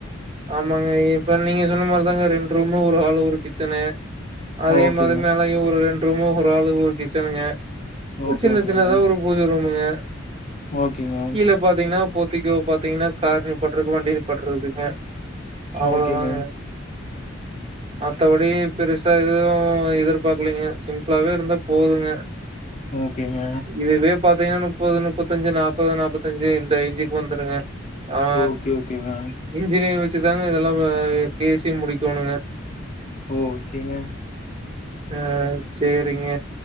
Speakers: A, on the right (about 30°); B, on the left (about 35°).
A: ஆமாங்க இப்ப நீங்க சொன்ன மாரி தாங்க ரெண் ரூமு ஒரு ஹாலு ஒரு கிச்சனு அதே
B: ஆ ஓகேங்க.
A: மாரி மேலயு ஒரு ரெண் ரூமு ஒரு ஹாலு ஒரு கிச்சனுங்க ஒர்
B: ஓகே
A: சின்ன
B: ஓகேங்க
A: சின்னதா ஒரு பூஜ ரூமுங்க.
B: ஓகேங்க
A: <inaudible> கீழ பாத்தீங்கனா போர்த்திக்கோ பாத்தீங்கனா கார் நிப் பாட்ருக்கு வண்டி நிப்பாட்ருக்குங்க. அவ்வளதாங்க
B: ஓகேங்க
A: மத்தபடி பெருசா எதுவு எதிர்பாக்கலீங்க சிம்பிளாவே இருந்தா போதுங்க
B: ஓகேங்க
A: இதுவே பாத்தீங்கனா முப்பது முப்பத்தஞ்சு நாப்பது நாப்பத்தஞ்சு இந்த ரேஞ்சுக் வந்துருங்க அவ
B: ஓகே ஓகேங்க
A: இஞ்சினியர் வெச் ச்சு தாங்க இதெல்லா வ, பேசி முடிக்கோணுங்க
B: ஓகேங்க
A: அஹ் சேரிங்க